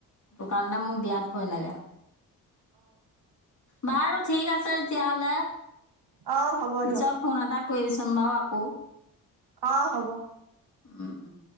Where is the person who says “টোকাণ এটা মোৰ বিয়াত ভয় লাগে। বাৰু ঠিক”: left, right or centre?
Left